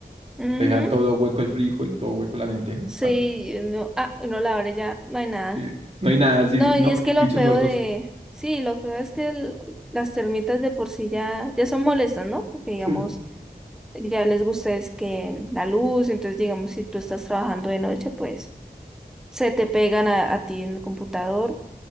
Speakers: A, in the centre; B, on the right.
A: Ujú,
B: Que le dejan todo hueco el frijol, todo hueco la lenteja.
A: Sí,
B: Ah,
A: no, ah, no, la hora ya no hay nada.
B: sí. No hay nada así,
A: No, y
B: no,
A: es que
B: bichos
A: lo feo
B: muertos.
A: de, sí, lo feo es que el- las termitas de por sí ya, ya son molestas, ¿no? Porque digamos,
B: Sí.
A: ya les gusta es que la luz, entonces digamos, si tú estás trabajando de noche, pues se te pegan a, a ti en el computador.